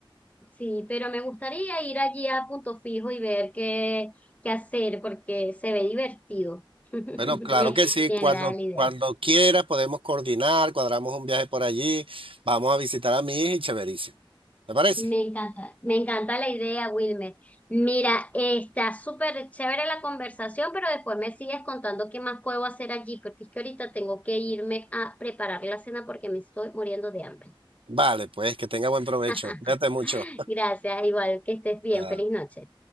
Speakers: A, on the left; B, on the right.
A: sí, pero me gustaría ir allí a Punto Fijo y ver qué, qué hacer, porque se ve divertido. <laughs> Me,
B: Bueno, claro que sí,
A: me
B: cuando,
A: agrada la idea.
B: cuando quiera podemos coordinar, cuadramos un viaje por allí, vamos a visitar a mi hija y chéverísimo. ¿Te parece?
A: Me encanta, me encanta la idea, Wilmer. Mira, está súper chévere la conversación, pero después me sigues contando qué más puedo hacer allí, porque es que ahorita tengo que irme a preparar la cena porque me estoy muriendo de hambre.
B: Vale, pues que tenga buen provecho.
A: <laughs>
B: Cuídate mucho.
A: Gracias, igual que estés bien,
B: Ah.
A: feliz noche.